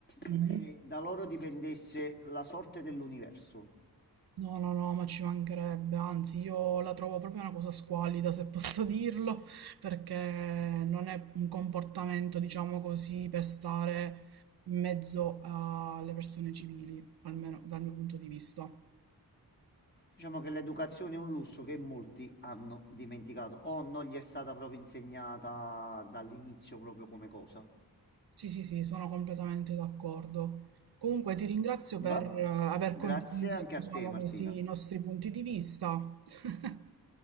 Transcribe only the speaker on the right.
Mhm.
No, no, no, ma ci mancherebbe, anzi io la trovo proprio una cosa squallida, se posso dirlo, perché non è un comportamento, diciamo così, per stare in mezzo alle persone civili, almeno dal mio punto di vista.
Sì, sì, sì, sono completamente d'accordo. Comunque ti ringrazio
per eh, aver
condiviso,
diciamo
così, i nostri punti di vista. <laughs>